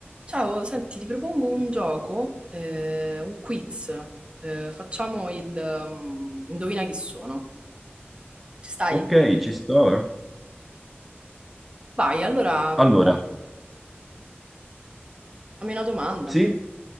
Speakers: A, on the right; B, in the centre.
A: Ciao, senti, ti propongo un gioco, eh, un quiz. Eh, facciamo il um, indovina chi sono. Ci stai?
B: Ok, ci sto. eh.
A: Vai, allora
B: Allora,
A: fammi, fammi una domanda.
B: sì,